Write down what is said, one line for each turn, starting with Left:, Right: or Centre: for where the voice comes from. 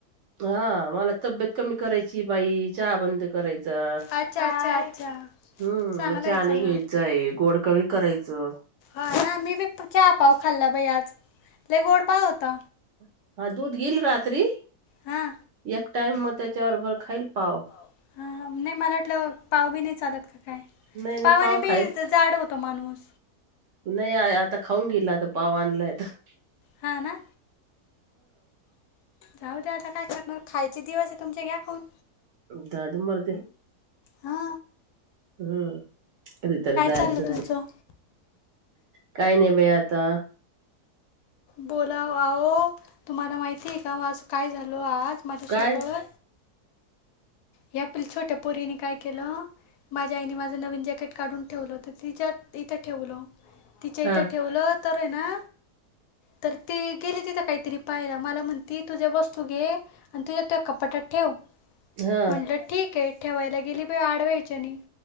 Right: हा, मला तब्येत कमी करायची बाई चहा बंद करायचा.
Left: अच्छा अच्छा अच्छा
Right: हम्म,
Left: चांगलं
Right: मग चहा
Left: आहे चांगलं
Right: नाही घ्यायचं आहे, गोड कमी करायचं.
Left: ह ह मी बी चहा, पाव खाल्ला बाई आज. लय गोड पाव होता
Right: हा, दूध घेईल रात्री
Left: हां
Right: एक टाइम मग, त्याच्या बरोबर खाईल पाव.
Left: हा, नाही मला वाटलं पाव बी नाही चालत का? काय
Right: नाही नाही,
Left: पावाने
Right: पाव खाईल
Left: बी जाड होतो माणूस
Right: नाही आय आता. खाऊन घेईल आता पाव आणलाय तर.
Left: हा ना, जाऊ द्या आता काय करणार? खायचे दिवस आहे, तुमचे घ्या खाऊन.
Right: जाऊ दे मरू दे.
Left: हा.
Right: हम्म, कधीतरी जायचंच
Left: चाललं तुमचं
Right: ये. काय नाही, बाई आता.
Left: बोला, आहो आहो तुम्हाला माहितीय का म काय झालं आज? माझ्या सोबत.
Right: काय
Left: या आपल छोट्या पोरीन काय केेलं. माझ्या आईने माझं नवीन जॅकेट काढून ठेवलं तर, तिच्यात इथं ठेवलं. तिच्या
Right: हा
Left: इथे ठेवलं तर आहे ना तर त गेली तिथं काहीतरी. पाहिला मला म्हणती तुझ्या वस्तू घे आणि तुझ्या त्या कपाट्यात ठेव.
Right: हा
Left: म्हटलं ठीक आहे ठेवायला गेली बाई आडव्याच्यानी.